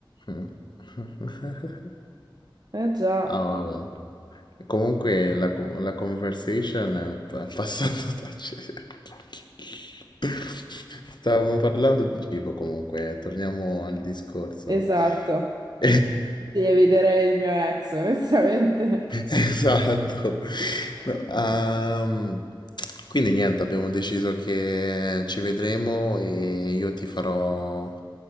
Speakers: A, on the left; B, on the right.
A: eh, mm. <laughs>
B: Eh già,
A: Ah, vabbè. Comunque la, co- la conversation è pa- passata da cena. <laughs> Stavamo parlando di cibo comunque, torniamo al discorso.
B: esatto.
A: <laughs>
B: Sì, eviterei il mio ex, onestamente.
A: Esatto.
B: <laughs>
A: No, ehm, quindi niente, abbiamo deciso che ci vedremo e io ti farò